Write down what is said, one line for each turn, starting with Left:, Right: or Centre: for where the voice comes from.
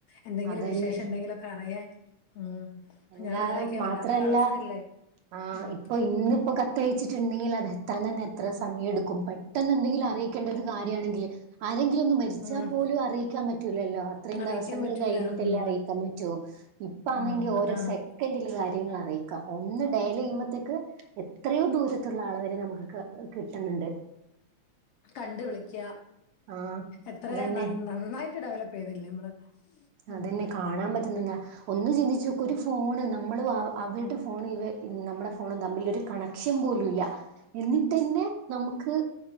Left: എന്തെങ്കിലും
Right: അതന്നെ
Left: വിശേഷം ണ്ടെങ്കിലൊ ക്കറിയാ ഉം.
Right: എല്ലാ
Left: ഞാൻ ആലോചിക്കാം
Right: മാത്രല്ല
Left: വല്ലാത്തൊരവസ്ഥയല്ലേ
Right: ആ
Left: ഉം
Right: ഇപ്പൊ ഇന്നിപ്പോ കത്തയച്ച് ണ്ടെങ്കിൽ അത് എത്താൻ തന്നെ എത്ര സമയം എടുക്കും. പെട്ടെന്ന് എന്തെങ്കിലും അറിയിക്കേണ്ട ഒരു കാര്യണെങ്കില് ആരെ ങ്കിലോന്ന് മരിച്ചാ
Left: ഉം
Right: പോലും അറിയിക്കാൻ പറ്റൂലല്ലോ അത്രയും
Left: അറിയിക്കാൻ
Right: ദെവസങ്ങൾ
Left: പറ്റൂല
Right: കഴിഞ്ഞിട്ടല്ലേ
Left: ഉം
Right: അറിയിക്കാൻ പറ്റു. ഇപ്പ ആന്നെങ്കി
Left: ഉം
Right: ഓരോ
Left: അതാണ്
Right: സെക്കന്റില് കാര്യങ്ങൾ അറിയിക്കാം ഒന്ന് ഡയലെയ്യുമ്പോത്തേക്ക് എത്രയോ ദൂരത്തുള്ള ആളവരെ നമുക്ക് കിട്ട്ന്ന്ണ്ട്.
Left: കണ്ട് വിളിക്ക
Right: ആഹ്
Left: എത്ര
Right: അതന്നെ
Left: നന്നായിട്ട് ഡെവലപ്പ് ചെയ്തില്ലേ നമ്മള്. ഉം
Right: അതന്നെ കാണാൻ പറ്റ്ന്ന്ന്താ. ഒന്ന് ചിന്തിചോക്ക് ഒരു ഫോണ് നമ്മള് അവരുടെ ഫോൺ ഇവ നമ്മുടെ ഫോണ തമ്മിലൊര് കണക്ട്. ലക്ഷ്യം പോലുംല്ല എന്നിട്ട്ന്നെ നമുക്ക്